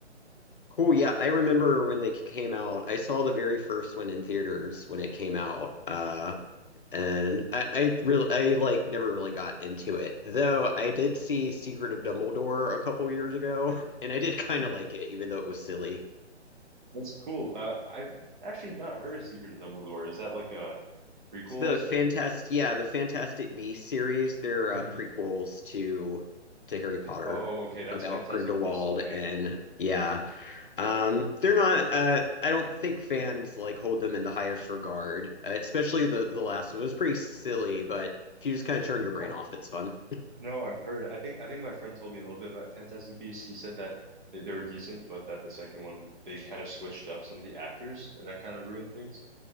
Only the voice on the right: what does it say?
Oh,
That's cool. Uh, I've actually not heard of Secret of Dumbledore. Is that like a prequel,
I assume?
Hmm.
Oh, okay. That's
Fantastic
Beasts. Okay.
<laughs>
No, I've heard. I think I think my friend told me a little bit about Fantastic Beasts. He said that they, they were decent, but that the second one they kind of switched up some of the actors, and that kind of ruined things,